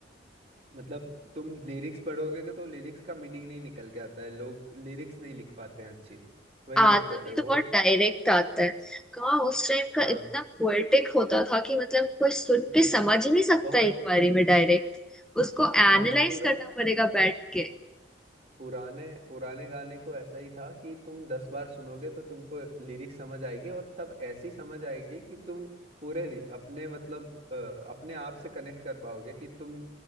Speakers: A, on the right; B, in the centre.
A: मतलब तुम लिरिक्स पढ़ोगे कि तो लिरिक्स का मीनिंग नहीं निकल के आता है लोग लिरिक्स नहीं लिख पाते हैं अच्छी वही
B: आता
A: दिक्कत
B: भी
A: है वो
B: तो बहुत डायरेक्ट आता है कहाँ उस टाइम का
A: हाँ
B: इतना पोएटिक होता था कि मतलब कोई सुन
A: हम्म, हम्म।
B: के समझ ही नहीं सकता
A: बहुत
B: एक बारी में डायरेक्ट उसको एनालाइज
A: हाँ हाँ पुरान
B: करना पड़ेगा बैठ के
A: पुराने पुराने गाने को ऐसा ही था कि तुम दस बार सुनोगे तो तुमको लिरिक्स समझ आएगी और तब ऐसी समझ आएगी कि तुम पूरे रि- अपने मतलब अ, अपने आप से कनेक्ट कर पाओगे कि तुम